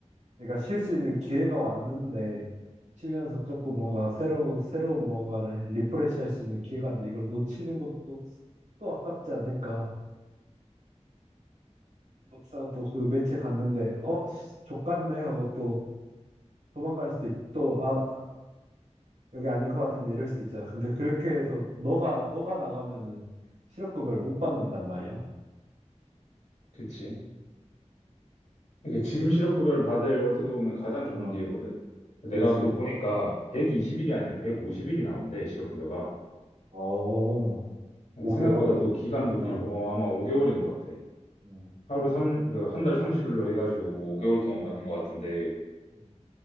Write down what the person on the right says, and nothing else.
내가 쉴 수 있는 기회가 왔는데 쉬면서 조금 뭔가 새로운 새로운 뭔가를 리프레시 할 수 있는 기회가 왔는데 이걸 놓치는 것도 또 아깝지 않을까. 막상 또 그 매체 갔는데 어 족같네 하고 또 도망갈 수도 있고 아 여기 아닌 것 같은데 이럴 수도 있잖아. 근데 그렇게 해서 너가 너가 나가면은 실업급여를 못 받는단 말이야.
어,
어,
그치.
어, 5개월.
어,
음,
음,
음,